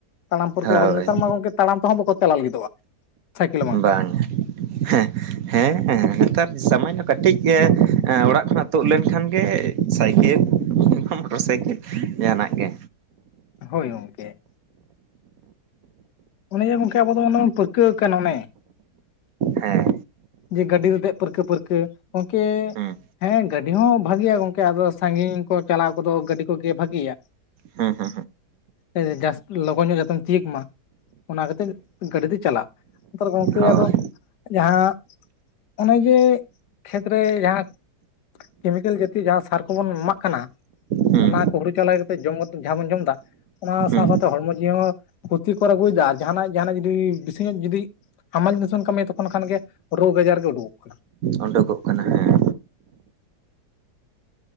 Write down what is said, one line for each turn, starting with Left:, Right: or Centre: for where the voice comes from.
Left: ᱛᱟᱲᱟᱢ ᱯᱟᱹᱨᱠᱟᱹᱣ
Right: ᱦᱳᱭ
Left: ᱦᱚᱲ, ᱱᱮᱛᱟᱨ ᱢᱟ ᱜᱚᱝᱠᱮ ᱛᱟᱲᱟᱢ ᱛᱮᱦᱚᱸ ᱵᱟᱠᱚ ᱪᱟᱞᱟᱣ ᱞᱟᱹᱜᱤᱫᱚᱜᱼᱟ, ᱥᱟᱭᱠᱮᱞ ᱵᱟᱝᱠᱷᱟᱱ᱾
Right: ᱵᱟᱝ ᱦᱮᱸ᱾ ᱦᱮᱸ ᱮᱸ ᱱᱮᱛᱟᱨ ᱥᱟᱢᱟᱱᱱᱚ ᱠᱟᱹᱴᱤᱡ-ᱮ ᱮᱸ ᱚᱲᱟᱜ ᱠᱷᱚᱱᱟᱜ ᱛᱳᱫ ᱞᱮᱱᱠᱷᱟᱱ ᱜᱮ ᱥᱟᱭᱠᱮᱞ, ᱱᱚᱝᱠᱟ ᱢᱚᱴᱚᱨ ᱥᱟᱭᱠᱮᱞ ᱡᱟᱦᱟᱱᱟᱜ ᱜᱮ᱾
Left: ᱦᱳᱭ ᱜᱚᱝᱠᱮ᱾ ᱚᱱᱮ ᱡᱮ ᱜᱚᱝᱠᱮ ᱟᱵᱚ ᱫᱚ ᱚᱱᱮ ᱵᱚᱱ ᱯᱟᱹᱨᱠᱟᱹᱣ ᱟᱠᱟᱱ ᱚᱱᱮ,
Right: ᱦᱮᱸ
Left: ᱡᱮ ᱜᱟᱹᱰᱤ ᱨᱮ ᱫᱮᱡ ᱯᱟᱹᱨᱠᱟᱹ ᱯᱟᱹᱨᱠᱟᱹ ᱜᱚᱝᱠᱮ
Right: ᱦᱩᱸ
Left: ᱦᱮᱸ ᱜᱟᱹᱰᱤ ᱦᱚᱸ ᱵᱷᱟᱜᱮᱭᱟ ᱜᱚᱝᱠᱮ ᱟᱫᱚ ᱥᱟᱺᱜᱤᱧ ᱠᱚ ᱪᱟᱞᱟᱣ ᱠᱚᱫᱚ ᱜᱟᱹᱰᱤ ᱠᱚᱜᱮ ᱵᱷᱟᱹᱜᱮᱭᱟ᱾
Right: ᱦᱮᱸ ᱦᱮᱸ᱾
Left: ᱮ ᱡᱟᱥ ᱞᱚᱜᱚᱱ ᱧᱚᱜ ᱡᱟᱛᱮᱢ ᱛᱤᱭᱟᱹᱜ ᱢᱟ᱾ ᱚᱱᱟ ᱠᱷᱟᱛᱤᱨ ᱜᱟᱹᱰᱤ ᱛᱮ ᱪᱟᱞᱟᱣ, ᱦᱮᱛᱟᱨ ᱜᱚᱝᱠᱮ
Right: ᱦᱳᱭ
Left: ᱟᱫᱚ ᱡᱟᱦᱟᱸ, ᱚᱱᱮ ᱡᱮ ᱠᱷᱮᱛᱨᱮ ᱡᱟᱦᱟᱸ, ᱠᱮᱢᱤᱠᱮᱞ ᱡᱟᱛᱤᱭᱚ ᱡᱟᱦᱟᱸ ᱥᱟᱨ ᱠᱚᱵᱚᱱ ᱮᱢᱟᱜ ᱠᱟᱱᱟ,
Right: ᱦᱩᱸ
Left: ᱚᱱᱟ ᱠᱚ ᱦᱩᱲᱩ ᱪᱟᱣᱞᱮ ᱠᱟᱛᱮᱫ ᱡᱚᱢ ᱠᱟᱛᱮ ᱡᱟᱦᱟᱸ ᱵᱚᱱ ᱡᱚᱢ ᱮᱫᱟ, ᱚᱱᱟ
Right: ᱦᱩᱸ
Left: ᱥᱟᱶ ᱥᱟᱶᱛᱮ ᱦᱚᱲᱢᱚ ᱡᱤᱣᱤ ᱦᱚᱸ ᱠᱷᱚᱛᱤ ᱠᱚᱨ ᱟᱹᱜᱩᱭᱮᱫᱟ ᱟᱨ ᱡᱟᱦᱟᱱᱟᱜ ᱡᱟᱦᱟᱱᱟᱜ ᱡᱩᱫᱤ ᱵᱤᱥᱤ ᱧᱚᱜ ᱡᱩᱫᱤ ᱦᱟᱢᱟᱞ ᱡᱤᱱᱤᱥ ᱵᱮᱱ ᱠᱟᱹᱢᱤᱭᱟ ᱛᱚᱠᱷᱚᱱ ᱠᱷᱟᱱ ᱜᱮ ᱨᱳᱜᱽ ᱟᱡᱟᱨ ᱜᱮ ᱩᱰᱩᱠᱚᱜ ᱠᱟᱱᱟ᱾
Right: ᱳᱰᱳᱠᱚᱜ ᱠᱟᱱᱟ ᱦᱮᱸ᱾